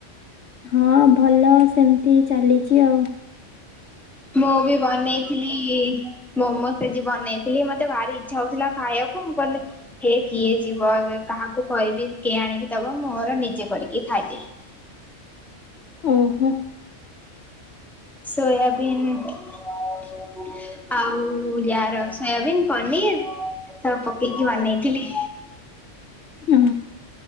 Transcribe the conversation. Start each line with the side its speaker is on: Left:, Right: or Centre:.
Left: ହଁ ଭଲ ସେମିତି ଚାଲିଛି ଆଉ।
Centre: ମୁଁ ବି ବନେଇଥିଲି ମୋମୋ ଆଜି ବନେଇଥିଲି ମତେ ଭାରି ଇଚ୍ଛା ହଉଥିଲା ଖାଇବାକୁ ମୁଁ କହିଲି ହେ କିଏ ଯିବ କାହାକୁ କହିବି କିଏ ଆଣିକି ଦବ ମୁଁର ନିଜେ କରିକି ଖାଇଦି
Left: ଓହୋ
Centre: ସୋୟାବିନ ଆଉ ୟାର ସୋୟାବନ୍ ପନିର ସବୁ ପକେଇକି ବନେଇଥିଲି।
Left: ହଁ